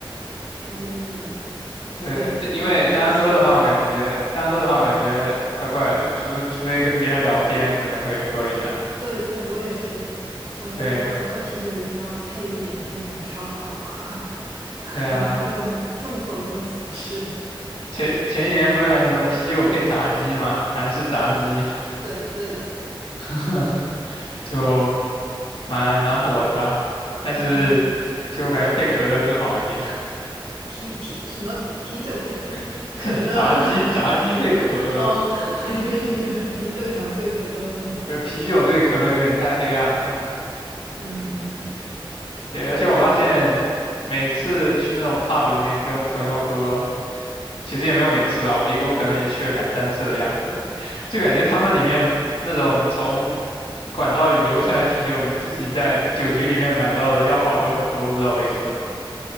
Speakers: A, on the right; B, on the left.
A: 哦，
B: 对，
A: 对，
B: 对因为单喝的话，
A: 很很爽。
B: 感觉单喝的话感觉怪怪的，除除非跟别人聊天，可能会喝一下。
A: 对对，我也是，我觉得喝啤酒一定要配一点那种烧烤啊，
B: 对。
A: <laughs>
B: 对啊，
A: 那种重口东西吃。
B: 前前几年不是还什么啤酒配炸鸡嘛，韩式炸鸡，
A: 对的对的，
B: <laughs> 就蛮蛮火的吧。但是其实我感觉配可乐更好一点，
A: 嗯，啤啤什么啤酒配 <laughs>
B: <laughs>
A: 可乐？
B: 炸炸鸡炸鸡配可乐，
A: <laughs> 哦，我以为你要是啤酒也要兑可乐喝。
B: 不是啤酒对可乐有点太黑暗了吧？
A: 嗯，
B: 对，而且我发现每次去那种 pub 里面跟朋友喝，其实也没有每次吧，我一共可能也去了两三次的样子，<laughs> 就感觉他们里面那种从管道里流出来啤酒比自己在酒局里面买到的要好喝很多，不知道为什么。